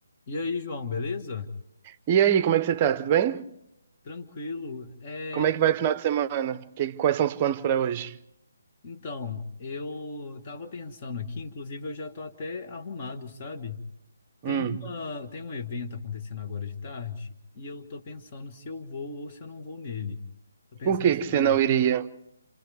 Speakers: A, on the left; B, on the right.
A: E aí, João, beleza?
B: E aí, como é que você tá? Tudo bem?
A: Tranquilo. É,
B: Como é que vai o final de semana? Que- quais são os planos para hoje?
A: então, eu tava pensando aqui, inclusive eu já tô até arrumado, sabe? Tem
B: Hum.
A: uma, tem um evento acontecendo agora de tarde e eu tô pensando se eu vou ou se eu não vou nele. Tô pensando
B: Por que
A: se
B: que você
A: vale
B: não
A: a pena,
B: iria?